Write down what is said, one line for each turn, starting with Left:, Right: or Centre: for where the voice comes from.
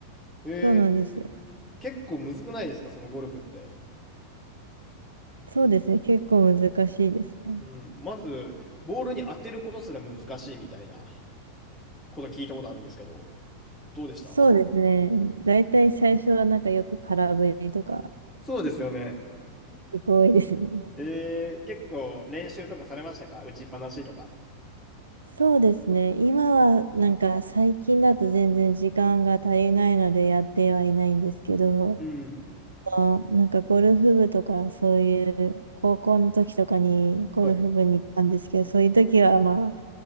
Centre: えー
Right: そうなんですよ。
Centre: 結構むずくないですかそのゴルフって。
Right: そうですね。結構難しいですね。
Centre: うん、まず、ボールに当てることすら難しいみたいなこと聞いたことあるんですけど、どうでした当たった
Right: そうですね。だいたい最初はなんかよく空振りとか
Centre: そうですよね。
Right: 結構多いですね。
Centre: えー結構練習とかされましたか打ちっぱなしとか。
Right: そうですね。今はなんか最近だと全然時間が足りないのでやってはいないんですけど、
Centre: うん。
Right: あなんかゴルフ部とかそういう高校の時とかにゴルフ部に行ったんですけど、
Centre: はい。
Right: そういう時はまあ